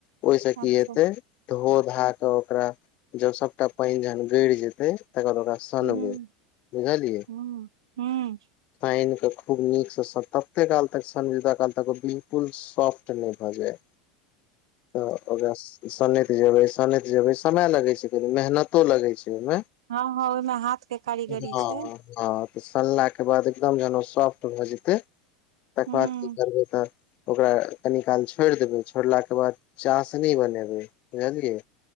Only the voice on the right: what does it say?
अच्छा
हूँ
हूँ हूँ
क
हँ हँ ओहिमे हाथ के कारीगरी
छैय
हूँ